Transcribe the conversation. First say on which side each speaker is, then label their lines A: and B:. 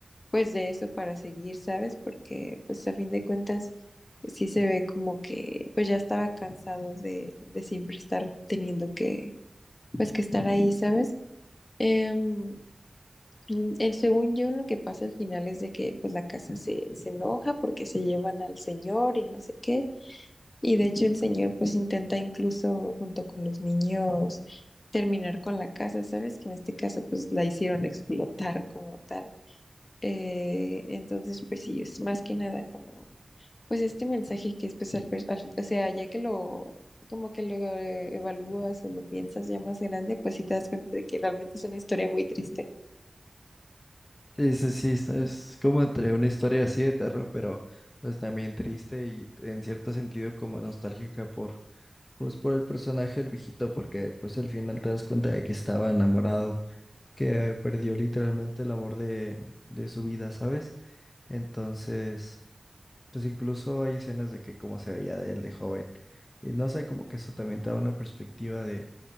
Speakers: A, on the left; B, on the left.
A: pues de eso para seguir, ¿sabes? Porque pues a fin de cuentas sí se ve como que pues ya estaba cansado de, de siempre estar teniendo que pues que estar ahí, ¿sabes? Em, en, en- según yo, lo que pasa al final es de que pues la casa se, se enoja porque se llevan al señor y no sé qué. Y de hecho el señor pues intenta incluso junto con los niños terminar con la casa, ¿sabes? Que en este caso pues la hicieron explotar como tal. Eh, entonces pues sí, es más que nada como pues este mensaje que es pues al, per- al- o sea, ya que lo como que lo eh, evalúas o lo piensas ya más grande, pues sí te das cuenta de que realmente es una historia muy triste.
B: Sí, sí, sí, está- es como entre una historia así de terror, pero pues también triste y en cierto sentido como nostálgica por, pues por el personaje del viejito, porque pues al final te das cuenta de que estaba enamorado, que perdió literalmente el amor de, de su vida, ¿sabes? Entonces, pues incluso hay escenas de que cómo se veía de él de joven. Y no sé, como que eso también te da una perspectiva de